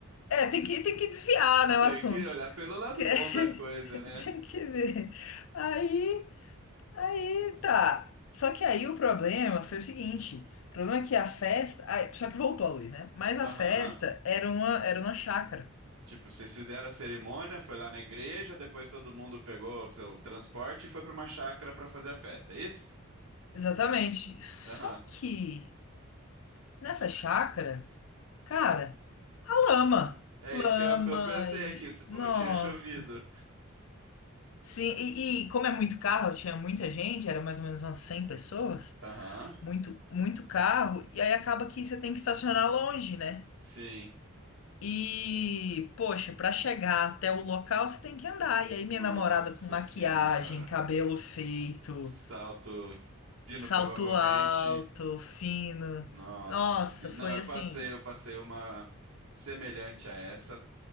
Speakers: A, on the left (about 70°); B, on the right (about 85°).
A: É, tem que, tem que desviar, né,
B: Tem
A: o assunto.
B: que olhar pelo lado
A: Esque-
B: bom da coisa,
A: <laughs>
B: né?
A: Tem que ver. Aí, aí tá. Só que aí o problema foi o seguinte. O problema é que a festa. ai, só que voltou a luz, né? Mas
B: Aham.
A: a festa era uma, era uma chácara.
B: Tipo, vocês fizeram a cerimônia, foi lá na igreja, depois todo mundo pegou o seu transporte e foi pra uma chácara pra fazer a festa, é isso?
A: Exatamente. Só
B: Aham.
A: que nessa chácara, cara, a lama.
B: É
A: Lama
B: isso que eu, eu pensei
A: e.
B: aqui. Você falou
A: Nossa.
B: tinha chovido.
A: Sim, e, e como é muito carro, tinha muita gente, era mais ou menos umas 100 pessoas.
B: Aham.
A: muito, muito carro, e aí acaba que você tem que estacionar longe, né?
B: Sim.
A: E, poxa, para chegar até o local você tem que andar. E aí
B: Nossa
A: minha namorada com maquiagem,
B: senhora.
A: cabelo feito,
B: Salto fino,
A: salto
B: provavelmente.
A: alto, fino.
B: Nossa
A: Nossa,
B: senhora.
A: foi
B: Não, eu
A: assim.
B: passei, eu passei uma semelhante a essa,